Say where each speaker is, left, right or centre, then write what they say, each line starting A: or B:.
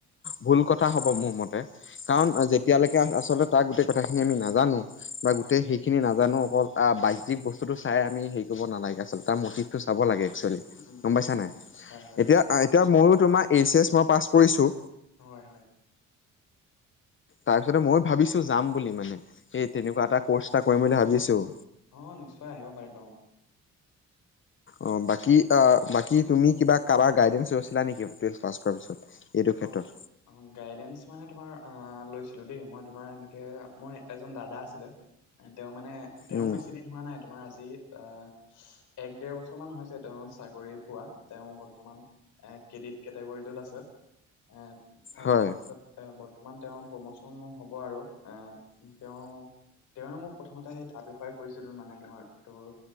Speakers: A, on the left; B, on the left.
A: ভূল কথা হ'ব মোৰ মতে-
B: উম, উম,
A: এতিয়ালৈকে আচলতে তাৰ গোটেই কথাখিনি আমি নাজানো বা
B: হয়,
A: গোটেই
B: হয়,
A: শেই- সেইখিনি নাজানো অকল বাহ্যিক বস্তুটো চাই আমি হেৰি কৰিব নালাগে আচলতে তাৰ মটিভটো চাব লাগে। চে
B: উম, উম,
A: গম পাইছা
B: তাকে,
A: নাই
B: হয়, হয়,
A: এতিয়া এতিয়া মইয়ো তোমাৰ এইচ এচ মই পাছ কৰিছো-
B: হয় হয়।
A: তাৰ পিছতে মই ভাবিছো যাম বুলি মানে এই তেনেকুৱা এটা কৰ্চ- টা কৰিম বুলি ভাবিছো।
B: অঁ নিশ্চয় আহিব পাৰিব অঁ।
A: অঁ বাকি অ বাকী তুমি কিবা কাবা গাইডেন্ঞ্চ লৈছিলা নেকি টুৱেল পাছ কৰাৰ পিছত। এইটো ক্ষেত্ৰত
B: অঁ অঁ গাইডেন্ঞ্চ মানে তোমাৰ আহ লৈছিলো দেই মই তোমাৰ- গে ময় এজন দাদা আছিলে তেওঁ মানে তেওঁ
A: উম
B: বেছি দি- হোৱা নাই তোমাৰ আজি আহ- এক দেৰ বছৰ মান হৈছে তেওঁ চাকৰি পোৱা তেওঁ বৰ্তমান- এঁ কেডট কেটেগৰীটোত আছে এঁ তাৰপিছত-
A: হয়
B: এ বৰ্তমান তেওঁৰ প্ৰমোচনো হব আৰু এ তেওঁ- তেওঁৱে মোক প্ৰথমতে সেই তাৰ বিষয়ে কৈছিল মানে তোমাৰ তোৰ-